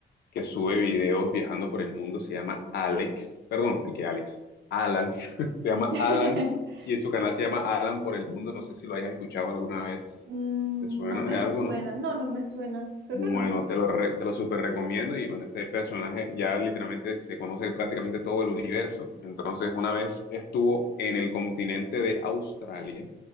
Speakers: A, on the left; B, on the right.
A: que sube videos viajando por el mundo, se llama Alex, perdón, que Alex? Alan, <laughs> se llama
B: <laughs>
A: Alan y en su canal se llama Alan por el mundo, no sé si lo hayas escuchado alguna vez,
B: Mm,
A: ¿te suena
B: no me
A: de algo,
B: suena,
A: no?
B: no, no me suena, creo
A: Bueno,
B: que no.
A: te lo, re- te lo súper recomiendo y bueno, este personaje ya literalmente se conoce prácticamente todo el universo. Entonces, una vez estuvo en el continente de Australia